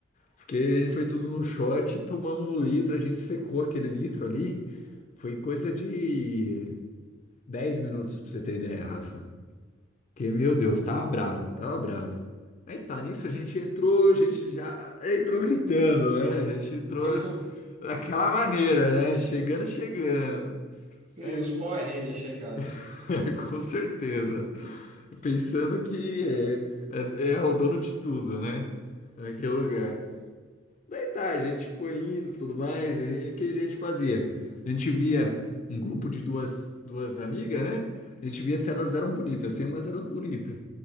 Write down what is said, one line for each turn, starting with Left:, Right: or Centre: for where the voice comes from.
Left: Porque a gente foi tudo no shot, tomamos um litro, a gente secou aquele litro ali. Foi coisa de 10 minutos, pra você ter ideia, Rafa. Que, meu Deus, tava bravo, tava bravo. Mas tá, nisso a gente entrou, a gente já entrou gritando, né? A gente entrou
Right: <laughs>
Left: daquela maneira, né? Chegando, chegando.
Right: Sim,
Left: É,
Right: os Power Rangers chegaram.
Left: <laughs> com certeza. Pensando que é, é, é o dono de tudo, né? Naquele lugar. Daí tá, a gente foi indo e tudo mais. e- e O que a gente fazia? A gente via um grupo de duas, duas amigas, né? A gente via se elas eram bonitas, se elas eram bonitas.